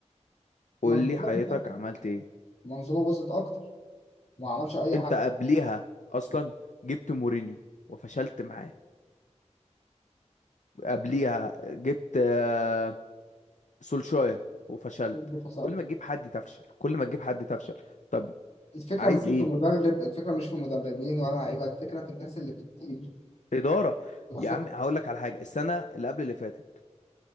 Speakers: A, on the left; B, on the left.
A: قول
B: منظومه
A: لي حياتك عملت ايه
B: منظومه باظت اكتر وما عملش اي
A: انت
B: حاجه
A: قبليها اصلا جبت مورينيو وفشلت معاه قبليها جبت آه، سولشاير وفشلت
B: برضه خسر
A: كل ما تجيب حد تفشل كل ما تجيب حد تفشل طب
B: الفكره
A: عايز
B: مش
A: ايه
B: في مدرب الفكره مش في مدربين ولا لعيبه الفكره في الناس اللي بتدير
A: اداره
B: بالظبط
A: يا عم هقول لك على حاجه السنه اللي قبل اللي فاتت